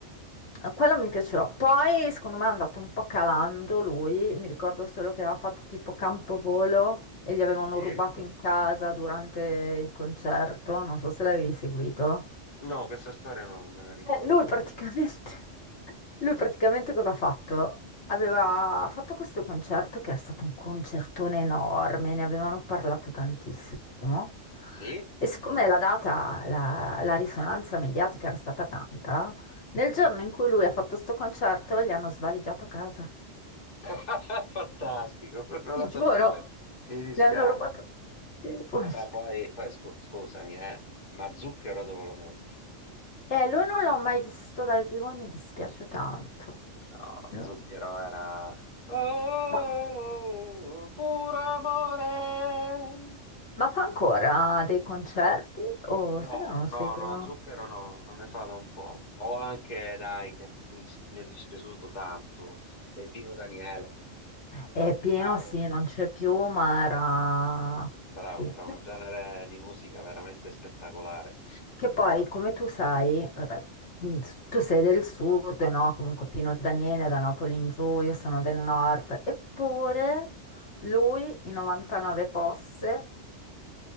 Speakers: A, on the left; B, on the left.
A: Eh, Quello mi piaceva. Poi, secondo me, è andato un po' calando lui. Mi ricordo solo che aveva fatto tipo Campovolo e gli avevano
B: Sì?
A: rubato in casa durante il concerto. Non so se l'avevi seguito.
B: No, questa storia non me la ricordo.
A: Eh, lui praticamente, lui praticamente cosa ha fatto? Aveva fatto questo concerto che era stato un concertone enorme, ne avevano parlato tantissimo.
B: Sì?
A: E siccome la data, la, la risonanza mediatica era stata tanta, nel
B: Sì?
A: giorno in cui lui ha fatto questo concerto gli hanno svaligiato casa.
B: <laughs> Fantastico, non
A: Ti
B: la sapevo.
A: giuro,
B: beh, Mi dispiace.
A: gli hanno rubato. Sì, poverino.
B: Vabbè, poi, poi scu- scusami, eh, ma zucchero dove lo metti?
A: E lui non l'ho mai visto dal vivo e mi dispiace tanto.
B: No,
A: No.
B: zucchero era... Oh,
A: Ma-
B: puro amore.
A: Ma fa ancora dei concerti? O
B: No,
A: sai che non lo
B: no,
A: seguo?
B: no, zucchero no, non ne fa da un po'. O anche, dai, che mi, dis- mi è dispiaciuto tanto, eh, Pino Daniele.
A: È
B: Bravo,
A: pieno, sì, non c'è più, ma era...
B: bravo,
A: Sì.
B: bravo, un genere di musica veramente spettacolare.
A: Che poi, come tu sai, vabbè, mh, tu sei del sud, no? Comunque Pino Daniele è da Napoli in giù, io sono del nord, eppure lui i 99 posse